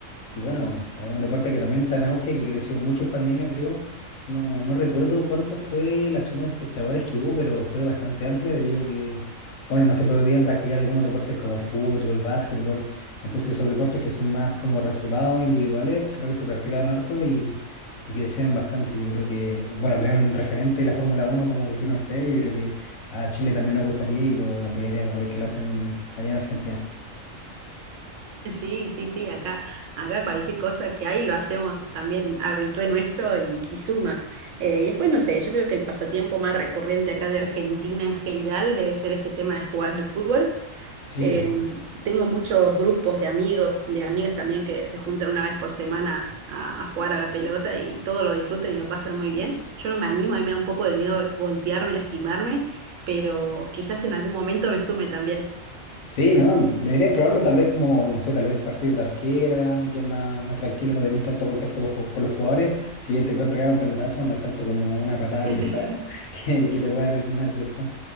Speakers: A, on the left (about 80°); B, on the right (about 70°).
A: y bueno, es un deporte que también está en auge, que creció mucho en pandemia, creo. No, no recuerdo cuánto fue la suma de espectadores que hubo, pero fue bastante amplia debido a que, bueno, no se podían practicar algunos deportes como el fútbol, el básquetbol. Entonces esos deportes que son más como reservados, individuales, creo que se practicaban harto y, y crecieron bastante. Yo creo que, bueno, tener un referente de la Fórmula Uno como lo tienen ustedes, yo creo que a Chile también nos gustaría y lo, lo apoyaríamos igual que lo hacen allá en Argentina.
B: Sí, sí, sí, acá, acá cualquier cosa que hay lo hacemos también habitué nuestro y, y suma. Eh, y después, no sé, yo creo que el pasatiempo más recurrente acá de Argentina en general debe ser este tema de jugar al fútbol.
A: Sí,
B: Em,
A: totalmente.
B: tengo muchos grupos de amigos, de amigas también que se juntan una vez por semana a, a jugar a la pelota y todo lo disfruten y lo pasan muy bien. Yo no me animo, a mí me da un poco de miedo golpearme, lastimarme, pero quizás en algún momento me sume también.
A: Sí, ¿no? Deberías probarlo tal vez como, no sé, tal vez partir de arquera, que es más, más tranquilo, no tenés tanto contacto con, ju- con los jugadores. Si bien te pueden pegar un pelotazo, no es tanto como una patada
B: <laughs>
A: que te pueda, <laughs> que, que te pueda lesionar, ¿cierto?